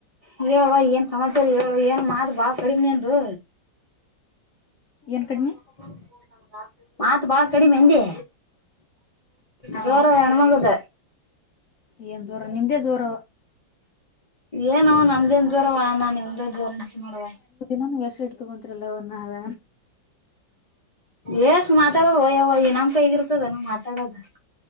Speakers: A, on the left; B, on the left.
A: ಹೇಳುವಾ ಏನ್ ಸಮಾಚಾರ ಹೇಳ ಏನ್ ಮಾತ್ ಬಾಳ್ ಕಡಿಮೆ ನಿಂದು
B: ಏನ್ ಕಡಿಮಿ
A: <unintelligible> ಮತ್ ಬಾಳ ಕಡಿಮೆ ಎಂದಿ
B: ನಾವ
A: ಜೋರ ಹೆಣ್ಮಗುದ
B: ಏನ್ ಜೋರ ನಿಮ್ದೇ ಜೋರ
A: ಏನು ನಮ್ದೇನ್ ಜ್ವರವ ನಾ ನಿಮ್ದ ಜೋರ ಅನ್ ನೋಡುವ
B: ನನ್ಗೆ ಎಷ್ಟು ಇಡ್ ತಗೊಂತ್ರಲ್ಲ ಅವರ್ನ್ನ ಆದ
A: ಎಏಷ್ಟ ಮಾತಾಡದು ಒಯ್ಯ ಇ ನಂಪ ಹಗಿರ್ತದ ನ ಮಾತಾಡೋದು